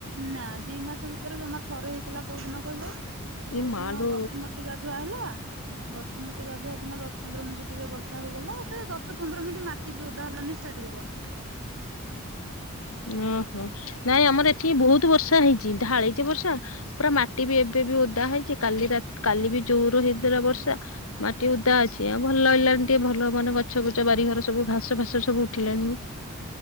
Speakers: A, on the right; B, on the left.
A: ନା ଦି ମାସ ଭିତରେ ଜମା ଥରେ ହେଇଥିଲା କୋଉ ଦିନ କହିଲ ଯୋଉ
B: ଏଇ ମାଲୋ
A: ଦିନ ବସୁମତୀ ମତୀ ଗାଧୁଆ ହେଲା। ବସୁମତୀ ଗାଧୁଆ ଦିନ ଦଶ ପନ୍ଦର ମିନିଟ ଟିକେ ବର୍ଷା ହେଇଗଲା, ଦଶ ପ୍ରନ୍ଦର ମିନିଟ ମା ଓଦା ହେଲାନି ଛାଡିଗଲା।
B: ଓହୋ ନାଇଁ ଆମର ଏଠି ବହୁତ ବର୍ଷା ହେଇଛି ଢାଳିଛି ବର୍ଷା। ପୁରା ମାଟି ବି ଏବେ ବି ଓଦା ହେଇଛି କାଲି ରା କାଲି ବି ଜୋର ହେଇଥିଲା ବର୍ଷା। ମାଟି ଓଦା ଅଛି ଆଉ ଭଲ ହେଲାଣି ଟିକେ ଭଲ ମାନେ ଗଛ ବଛ ବାରିଘର ସବୁ ଘାସ ଫାସ ସବୁ <unintelligible>